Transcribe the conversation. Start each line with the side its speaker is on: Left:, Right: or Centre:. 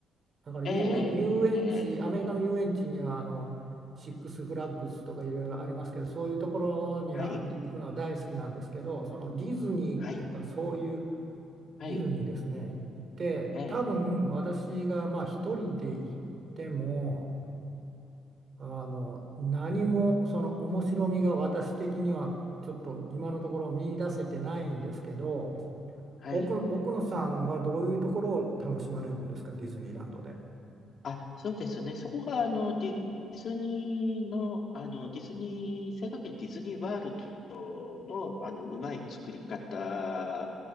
Right: だから遊、
Left: ええ、
Right: 遊園地アメリカの遊園地にはあのシックスフラッグスとかいろいろありますけどそういうところにはい行くのは大好きなんですけどそのディズニーとかそういう
Left: ええ、ええはい、はい、はい、
Right: ディズニーですね、行って、
Left: ええ、
Right: 多分私がまあ一人で行っても、あの何もその面白みが私的にはちょっと今のところ見出せてないんですけど、
Left: はい。
Right: 奥野、奥野さんはどういうところを楽しまれるんですか、ディズニーランドで。
Left: あ、そうですね。そこが、あの、ディズニーの、あの、ディズニー、正確にディズニーワールドの、あの、うまい作り方